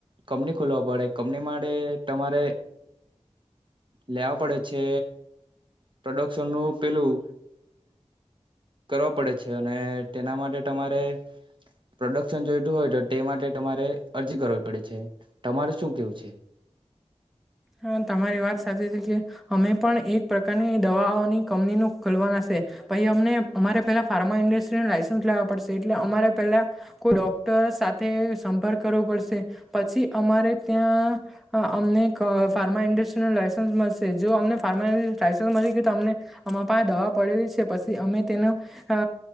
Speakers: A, on the right (about 45°); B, in the centre.
A: કંપની ખોલવા પડે. કંપની માટે તમારે લેવા પડે છે પ્રોડક્શનનું પેલું કરવા પડે છે અને તેના માટે તમારે પ્રોડક્શન જોઈતું હોય તો તે માટે તમારે અરજી કરવી પડે છે. તમારે શું કેવું છે?
B: હા, તમારી વાત સાચી છે કે અમે પણ એક પ્રકારની દવાઓની કંપનીનું ખોલવાના સે, પહી અમને અમારે પેલા ફાર્મા ઇન્ડસ્ટ્રીનું લાયસન્સ લેવા પડશે એટલે અમારે પેલ્લા કોઈ ડોક્ટર સાથે સંપર્ક કરવો પડશે પછી અમારે ત્યાં અમને ખ ફાર્મા ઇન્ડસ્ટ્રીનું લાયસન્સ મલશે. જો અમને ફાર્મા લાઇસન્સ મલી ગયું તો અમને અમારા પાહે દવા પડેલી છે પછી અમે તેનો અ